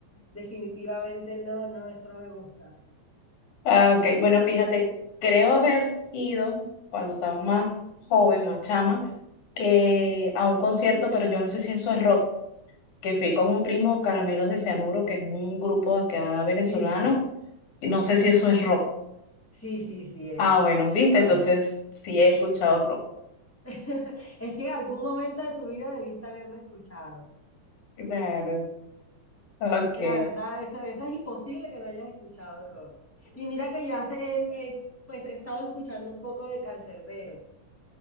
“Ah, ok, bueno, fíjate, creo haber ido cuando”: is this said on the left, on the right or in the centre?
Left